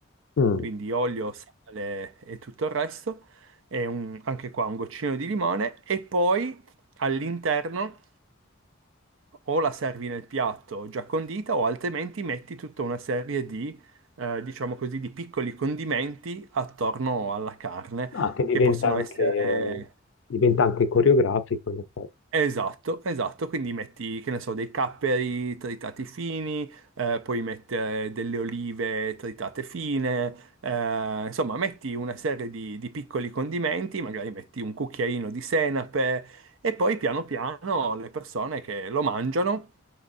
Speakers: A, on the left (about 70°); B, on the right (about 80°).
A: Mm.
B: quindi olio, sale e tutto il resto, e un- anche qua un goccino di limone, e poi all'interno o la servi nel piatto già condita o altrimenti metti tutta una serie di, eh, diciamo così, di piccoli condimenti attorno alla carne,
A: Ah, che diventa
B: che possono
A: anche,
B: essere
A: diventa anche coreografico, in effetti.
B: Esatto, esatto, quindi metti, che ne so, dei capperi tritati fini, eh, puoi mettere delle olive tritate fine, eh, insomma, metti una serie di, di piccoli condimenti, magari metti un cucchiaino di senape e poi piano piano le persone che lo mangiano